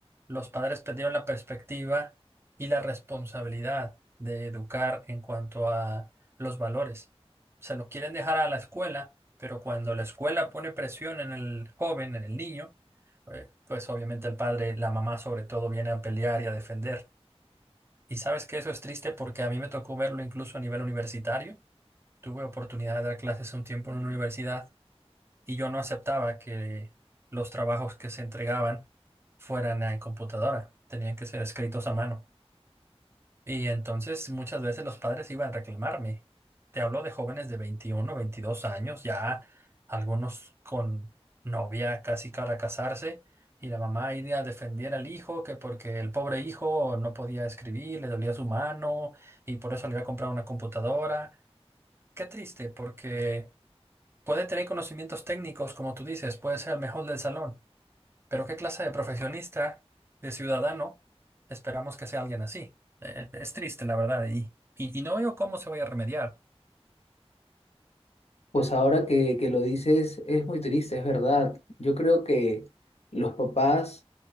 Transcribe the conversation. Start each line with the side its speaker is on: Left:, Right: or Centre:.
Right: los padres perdieron la perspectiva y la responsabilidad de educar en cuanto a los valores. Se lo quieren dejar a la escuela, pero cuando la escuela pone presión en el joven, en el niño, eh, Pues obviamente el padre, la mamá sobre todo, viene a pelear y a defender. Y sabes que eso es triste porque a mí me tocó verlo incluso a nivel universitario. Tuve oportunidad de dar clases un tiempo en una universidad y yo no aceptaba que los trabajos que se entregaban fueran en computadora. Tenían que ser escritos a mano. Y entonces muchas veces los padres iban a reclamarme. Te hablo de jóvenes de 21 22 años, ya algunos con novia casi para casarse, y la mamá iba a defender al hijo, que porque el pobre hijo no podía escribir, le dolía su mano, y por eso le iba a comprar una computadora. Qué triste, porque puede tener conocimientos técnicos, como tú dices, puede ser el mejor del salón, pero ¿qué clase de profesionista, de ciudadano, esperamos que sea alguien así? Eh, es triste, la verdad, y, y, y no veo cómo se vaya a remediar.
Left: Pues ahora que, que lo dices, es muy triste, es verdad. Yo creo que los papás,